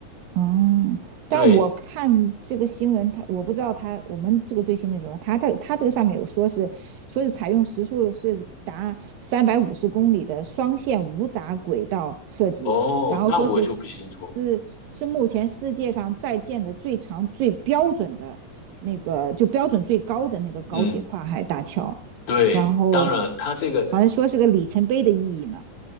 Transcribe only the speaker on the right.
哦，但我看这个新闻，
他我不知道他我们这个最新的什么，他他他这个上面有说是说是采用时速是达三百五十公里的双线无砟轨道设计，
然后说是是是目前世界上在建的最长最标准的那个就标准最高的那个高铁跨海大桥，
然后
好像说是个里程碑的意义呢。